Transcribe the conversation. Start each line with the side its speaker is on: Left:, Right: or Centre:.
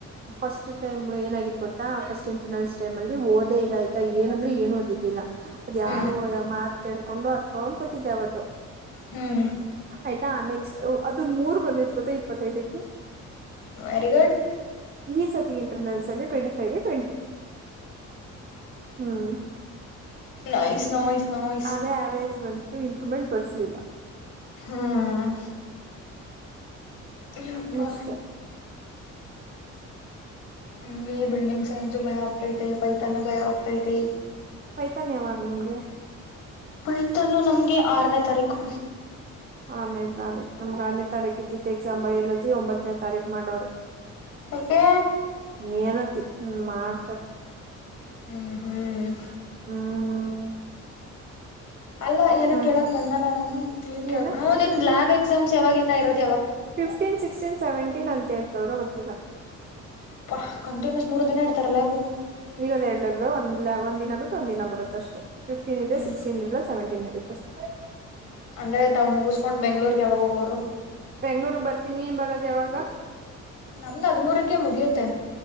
Right: ಫಸ್ಟ್ ಟೈಮ್ ಏನ ಗೊತ್ತಾ ಫಸ್ಟ್ ಇಂಟರ್ಲ್ ಟೈಮ್ಲ್ಲಿ ಓದ ಇರ್ಲಿಲ್ಲ ಅಂದ್ರೆ ಏನ್ ಓದಿರ್ಲಿಲ್ಲ ಅದು
Left: ಹ್ಮ್
Right: ಯಾರೋ ಮಾತ್ ಕೇೇಳಕೊಂಡು ಅತ್ಕೊಂಡ್ ಕೂತಿದ್ದೆ ಅವತ್ತು
Left: ಹ್ಮ್
Right: ಆಯ್ತಾ ನೆಕ್ಸ್ಟ್ ಅದು ಮೂರ್ ಬಂದಿದ ಗೊತ್ತಾ ಇಪ್ಪತ್ತೈದಕ್ಕೆ
Left: ವೆರಿ ಗುಡ್
Right: ಈ ಸತಿ ಇಂಟರ್ನಲ್ಸ್ ಅಲ್ಲಿ ಟ್ವೆಂಟಿ ಫೈವ್ಗೆ ಟ್ವೆಂಟಿ ಹ್ಮ್
Left: ನೈಸ್ ನೈಸ್ ನೈಸ್
Right: ಅದೇ ಆವರೇಜ್ ಬಂತು ಇಂಪ್ರೂವ್ಮೆಂಟ್ ಬರ್ಸಲಿಲ್ಲ
Left: ಹ್ಮ್ ಯಪ್ಪ
Right: ಅಷ್ಟೆ
Left: ಹಮಗೆ ಬಿಲ್ಡಿಂಗ್ ಸೈನ್ಸು ಭಯ ಆಗ್ತೈತೆ ಪೈತಾನ ಭಯ ಆಗ್ತೈತೇ
Right: ಪೈತನ್ ಯಾವಾಗ ನಿಮ್ಗೆ
Left: ಪೈತನು ನಮ್ಗೆ ಆರನೇ ತಾರೀಕು
Right: ಆರಾನೆ ತಾರೀಕ್ ನಮ್ಗ್ ಆರನೇ ತಾರೀಕ ಇದ್ದಿದ್ದು ಎಕ್ಸಾಂ ಬೈಲಜಿ ಒಂಬತ್ತನೇ ತಾರೀಖ ಮಾಡುವರೇ
Left: ಯಾಕೆ
Right: ನೀಏನತಿ ಹ ಮಾಡ್ತಾರ
Left: ಹ್ಮ್ ಹ್ಮ್
Right: ಹ್ಮ್
Left: ಅಲ್ಲ ಏನೋ
Right: ಹ್ಮ್
Left: ಕೇಳಕ್ ಬಂದಲ್ಲ ನಾನು ಏನ್ ಕ
Right: ಏನ
Left: ನಿನ್ ಲ್ಯಾಬ್ ಎಕ್ಸಾಮ್ಸ್ ಯಾವಾಗಿಂದ ಇರದ
Right: ಫಿಫ್ಟೀನ್ ಸಿಕ್ಸ್ಟೀನ್ ಸೆವೆಂಟೀನ್ ಅಂತೇಳ್ತವ್ರೋ ಗೊತ್ತಿಲ್ಲ
Left: ಹ ಕಂಟಿನ್ಯೂಸ್ ಮೂರ್ ದಿನ ಇಡ್ತಾರಲ್ಲಾಬು
Right: ಇರೋದ್ ಎರ್ಲ ಒಂದ್ ಒಂದ್ ನಾ ಬಿಟ್ಟು ಒಂದ ನ ಬರುತ್ತ ಅಷ್ಟೆ ಫಿಫ್ಟೀನ್ ಇದೆ
Left: ಹ್ಮ್
Right: ಸಿಕ್ಸ್ಟೀನ್ ಇರಲ್ಲ ಸವೆಂಟೀನ್ ಇರುತ್ತ ಅಷ್ಟ
Left: ಅಂದ್ರೆ ತಾವ್ ಮುಗಿಸಸ್ಕೊಂಡ್ ಬೆಂಗಳೂರು ಯಾವಾಗ ಹೋಗೋರು
Right: ಬೆಂಗಳೂರು ಬರ್ತೀನಿ ಏನ್ ಬರೋದು ಯಾವಾಗ
Left: ನಮ್ದು ಹದ್ಮೂರಕ್ಕೆ ಮುಗಿಯುತ್ತೆ